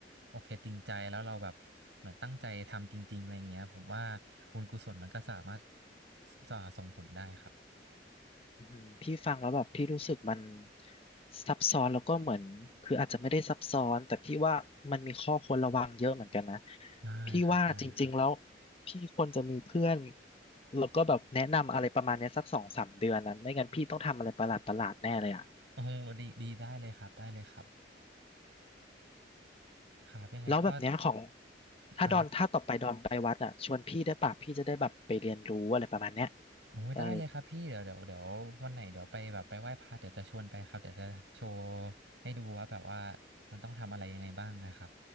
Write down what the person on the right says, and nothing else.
โอเคจริงใจแล้วเราแบบเหมือนตั้งใจทำจริงๆอะไรอย่างเงี้ยผมว่าบุญกุศลมันก็สามารถสส่งผลได้ครับ
ได้ครับได้ครับ
โอ้โหดีดีได้เลยครับได้เลยครับครับยังไงก็
ครับ โอ้ยได้เลยครับพี่เดี๋ยวเดี๋ยวเดี๋ยววันไหนเดี๋ยวไปแบบไปไหว้พระเดี๋ยวจะชวนไปครับเดี๋ยวจะโชว์
ให้ดูว่าแบบว่ามันต้องทำอะไรยังไงบ้างนะครับ